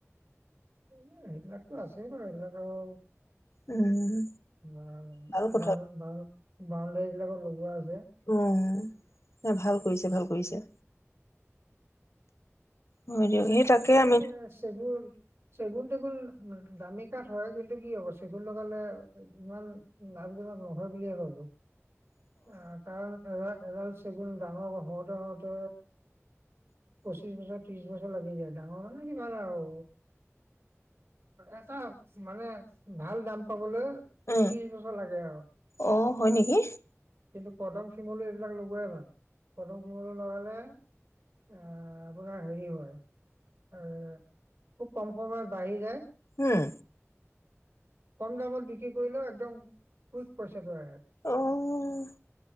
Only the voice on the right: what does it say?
এনেই সেইবিলাকতো আছেই ন, সেইবিলাক আৰু
বাউণ,
বাউণ, বাউণ, বাউণ্ডেৰী বিলাকৰ লগ গোৱা আ
আছে
মানে চেগুন চেগুন-তেগুন দামী কাঠ হয় কিন্তু কি হ'ব, চেগুন লগালে ইমান লাভজনক নহয় বুলিয়ে ভাবো। অ' তাৰ এডাল, এডাল চেগুন ডাঙৰ হওতে, হওতে পঁচিশ বছৰ, ত্ৰিশ বছৰ লাগি যায়। ডাঙৰ মানে কিমান আৰু এটা মানে ভাল দাম পাবলৈ
ত্ৰিশ বছৰ লাগে আৰু। <inaudible>
কিন্তু কদম, শিমলু এইবিলাক লগোৱাই ভাল, কদম শিমলু লগালে এ আপোনাৰ হেৰি হয় এ খুব কম সময়ত বাঢ়ি যায়।
কম দামত বিক্ৰী কৰিলেও একদম কুইক পইচাটো আহে।